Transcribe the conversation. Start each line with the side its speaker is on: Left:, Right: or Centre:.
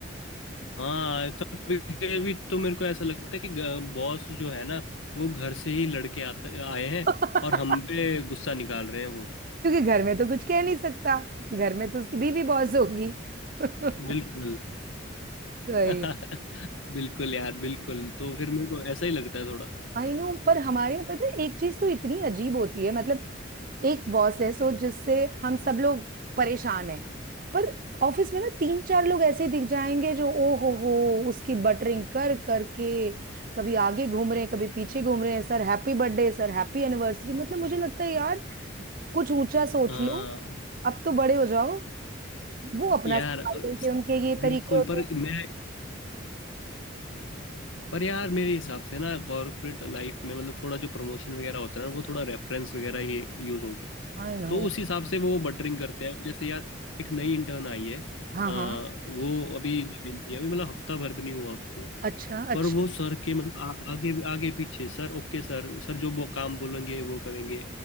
Left: हाँ कभी कभी तो मेरे को ऐसा लगता है कि बॉस जो है ना वो घर से ही लड़के आते आए
Right: <laughs>
Left: हैं
Right: क्योंकि
Left: और हम पे गुस्सा निकाल रहे हैं वो
Right: घर में तो कुछ कह नहीं सकता घर में तो उसकी बीवी बॉस होगी <laughs>
Left: बिल्कुल
Right: सही
Left: <laughs> बिल्कुल यार बिल्कुल तो फिर मेरे को ऐसा ही लगता है थोड़ा
Right: आई नो पर हमारे यहाँ पता है एक चीज तो इतनी अजीब होती है मतलब एक बॉस है सो जिससे हम सब लोग परेशान हैं पर ऑफिस में ना तीन चार लोग ऐसे दिख जाएंगे जो ओ हो हो उसकी बटरिंग कर करके कभी आगे घूम रहे हैं कभी पीछे घूम रहे हैं sir happy birthday sir happy anniversary मतलब मुझे लगता है यार कुछ ऊंचा सोच
Left: हाँ
Right: लो अब तो बड़े हो जाओ वो अपना
Left: यार
Right: सर्वाइवल
Left: अ,
Right: के उनके ये
Left: बिल्कुल
Right: तरीके होते
Left: पर
Right: हैं
Left: मैं पर यार मेरे हिसाब से ना कॉर्पोरेट लाइफ में मतलब थोड़ा जो प्रमोशन वगैरह होता है ना वो थोड़ा रेफरेंस वगैरह ही यूज होगी
Right: I know
Left: तो उस हिसाब से वो बटरिंग करते हैं अब जैसे यार एक नई इंटर्न आई है
Right: हाँ
Left: अ,
Right: हाँ
Left: वो अभी ज्वाइन की है, अभी मतलब हफ्ता भर भी नहीं हुआ उसको
Right: अच्छा
Left: पर
Right: अच्छा
Left: वो सर के मतलब आ, आगे आगे पीछे सर ओके सर सर जो वो काम बोलेंगे वो करेंगे